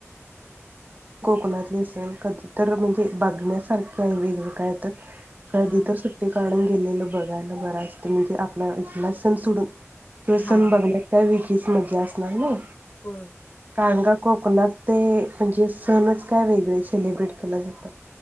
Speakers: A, on the right; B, on the left.
A: कणातले सण कधी तरर म्हणजे बघण्यासारखे आहे वेगळ काय तर कधीतर
B: हां,
A: सुट्टी काढून गेलेल बघायला बर असत म्हणजे आपला इथला सण सोडून तो
B: हां,
A: सण बघण्यात काय वि तीच मज्जा असणार नाई.
B: हो
A: कारण का कोकणात ते त्यांचे सणच काय वेगळे सेलिब्रेट केला जातात.